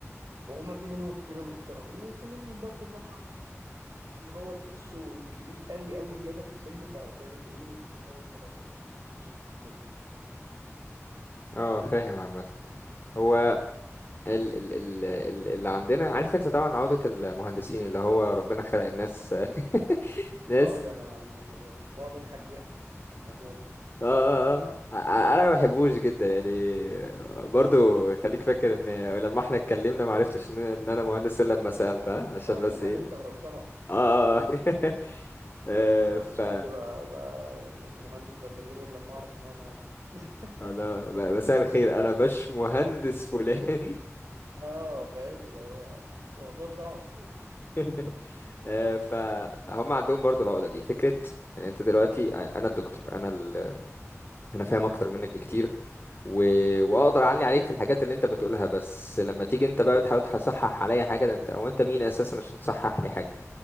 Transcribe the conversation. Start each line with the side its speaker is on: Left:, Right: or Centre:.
Right: وهما في منهم كتير محترمين وفي منهم برضو طبعا آه، اللي هو تحسه كبير قوي قوي زيادة في السن فزي ما بيقولوا دماغه خلاص ما بقتش متحملة
Left: اه فاهم عامة هو ال ال ال ال- اللي عندنا عارف انت طبعا عقدة المهندسين اللي هو ربنا خلق الناس <laughs> ناس
Right: اه ده انا م- بقعد اضحك ضحك على الموضوع ده
Left: اه اه اه ع- انا ما بحبوش جدا يعني برضو خليك فاكر ان لما احنا اتكلمنا ما عرفتش ان ان انا مهندس الا لما سألت ها عشان
Right: او
Left: بس
Right: دي حاجة
Left: ايه
Right: استغربتها
Left: اه
Right: يعني دي حاجة انا
Left: اه
Right: استغربتها
Left: <laughs> آه،
Right: يعني ما
Left: ف
Right: فيش حد بقى, بقى يعني مهندس بكلمه الا لما اعرف ان هو مهندس <laughs>
Left: انا ب- مساء الخير انا باش مهندس فلان
Right: اه فاهم اللي هو موضوع صعب
Left: <laughs> آه، فهم عندهم برضو العقدة دي فكرة ان انت دلوقتي آه، انا الدكتور انا ال... انا فاهم اكتر منك بكتير و... واقدر
Right: امم
Left: اعلي عليك في الحاجات اللي انت بتقولها بس لما تيجي انت بقى بتحاول تصحح عليا حاجة ده انت او انت مين اساسا عشان تصحح لي حاجة